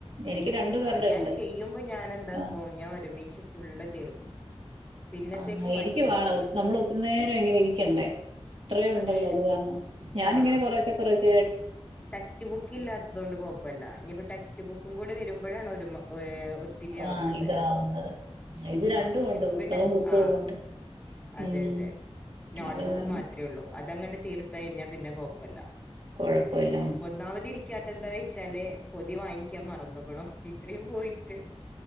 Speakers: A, on the right; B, on the left.
A: എനിക്ക് രണ്ടു പേരുടെ
B: ആ ഞാൻ
A: ഉണ്ട്
B: ചെയ്യുമ്പോ ഞാൻ എന്താക്കും
A: ആ
B: ഞാൻ ഒരുമിച്ച് ഫുള്ള് തീർക്കും പിന്നത്തേക്ക്
A: ആ
B: മാറ്റി
A: എനിക്കും
B: വെക്കൂല
A: വേണം നമ്മൾ ഒത്തിരി നേരം <unintelligible> ഇരിക്കണ്ടേ ഇത്ര ഉണ്ടല്ലോ
B: അതെ
A: അത് കാരണം ഞാന്
B: ആ
A: ഇങ്ങനെ കുറേശേ കുറേശേ
B: ടെക്സ്റ്റ് ബുക്ക് ഇല്ലാത്തത് കൊണ്ട് കൊഴപ്പമല്ല ഇനിയിപ്പോ ടെക്സ്റ്റ് ബുക്കും കൂടെ വരുമ്പോഴാണ് ഒരു മ ഏ ഒത്തിരിയാവുന്നത്-
A: ആ ഇതാവുന്നത് ഇത് രണ്ടും
B: ആഹ
A: ഉണ്ട്
B: ഇപ്പൊ
A: പുസ്തകവും
B: പിന്നെ
A: ബുക്കും
B: ആ
A: ഉള്ളോണ്ട്
B: അതെ
A: ഉം
B: അതെ നോട്ട്ബുക്ക്
A: അത് കാരണം
B: മാത്രമേ ഉള്ളൂ- അതങ്ങട്ട് തീർത്ത കഴിഞ്ഞാൽ പിന്നെ കൊഴപ്പില്ല
A: കൊഴപ്പമില്ല
B: ഒന്നാമതി ഇരിക്കാത്ത എന്താ വെച്ചാല് പൊതി വാങ്ങിക്കാൻ മറന്ന്ക്ക്ണു ഇത്രയും പോയിട്ട്